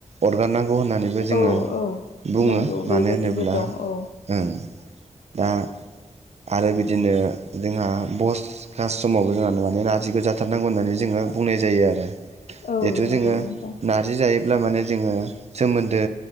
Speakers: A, on the right; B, on the left.
A: अरगारनांगौ होननानैबो जोङो
B: औ औ
A: बुङो
B: नंगौ बेबायदिबो
A: मानो होनोब्ला
B: दं औ
A: उम। दा आरो बिदिनो जोंहा बस कास समावबो जोंहा माने नारजिखौ जाथारनांगौ होननानै जोङो ओ बुंनाय जायो आरो
B: औ
A: जेथु
B: नंगौ
A: जोङो
B: नोंथां
A: नारजि जायो। अब्ला माने जोङो सोमोन्दो